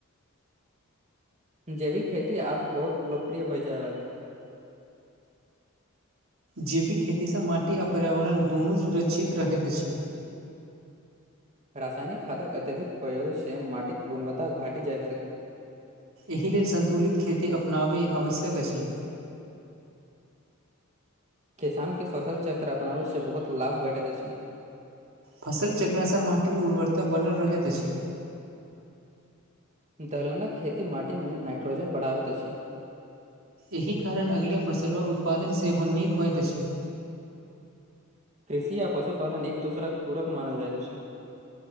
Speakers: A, on the right; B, on the right.
A: जैविक खेती आब बहुत लोकप्रिय भए जाय रहल
B: जैविक खेतीसँ माटि आ पर्यावरण दुनू सुरक्षित रहैत अछि।
A: रसायनिक खादक अत्यधिक प्रयोग श्रम माटिक गुणवत्ता घाटि जाइत सकै
B: एहि लेल सन्तुलित खेती अपनाबि आवश्यक अछि
A: किसान के फसल चक्र अपनाबे से बहुत लाभ भेटैत अछि।
B: फसल चक्रसँ माटि उर्वरता बनल रहैत अछि
A: दलहनक खेती माटीमे नाइट्रोजन बढ़ाबैत अछि।
B: एहि कारण अगिले फसलो वो उत्पादन सेहो नीक होइत अछि।
A: कृषि आ पशुपालन एक दुसराक पूरक मानल जाइत अछि।